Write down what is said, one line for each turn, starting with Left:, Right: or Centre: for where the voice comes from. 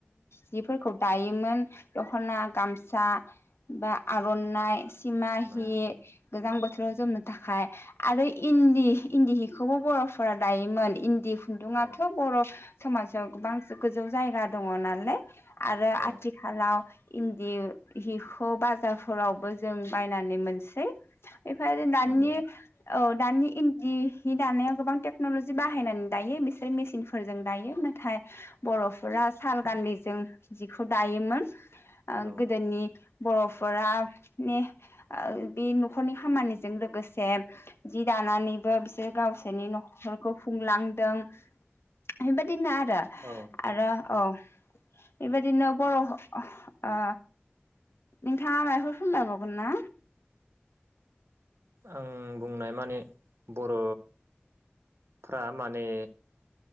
Left: जिफोरखौ दायोमोन दख'ना, गामसा बा आरनाइ सिमाहि
Right: नाय औ
Left: जां बोथोराव जोमनो थाखाय आरो इन्दि इन्दिहिखौबो बर'फोरा दायोमोन इन्दि खुन्दुङाथ'
Right: औ
Left: बर' समासाव गोबां जो गोजौ जायगा दङ' नालाय आरो
Right: औ
Left: आथिखालाव इन्दि हिखौ बाजारफोरावबो जों बाय नानै मोनसै ओमफ्राय आरो दानि
Right: मोनो
Left: औ दानि इन्दिनि दानायाव गोबां टेक्नलजि बाहायनानै दायो बिसोर मेसिनफोरजों दायो नाथाय बर'फोरा साल गान्दैजों जिखौ दायोमोन ओ
Right: औ
Left: गोदोनि बर'फोरा बे ओ न'खरनि खामानिजों लोगोसे जि दानानैबो बिसोरो गावसोरनि न'खरखौ खुंलांदों बेबायदिनो आरो
Right: औ
Left: आरो औ बेबायदिनो बर' अ नोंथाङा माबाफोर फोरमायबावगोन ना
Right: आं बुंनाय माने बर' फ्रा माने